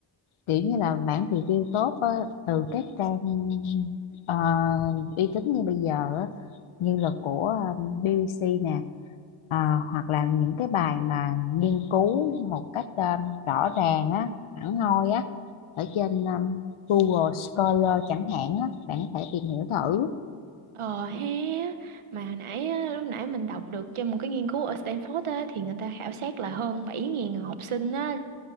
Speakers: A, on the left; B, on the right.
A: kiểu như là bản review tốt á, từ các trang ờ, uy tín như bây giờ á, như là của ờ, BBC nè ờ, hoặc là những cái bài mà nghiên cứu một cách ờ, rõ ràng á hẳn hoi á ở trên ờ, Google Scholar chẳng hạn á bạn có thể tìm hiểu thử
B: Ờ ha, mà hồi nãy á, lúc nãy mình đọc được trên một cái nghiên cứu ở Stanford á thì người ta khảo sát là hơn 7.000 học sinh á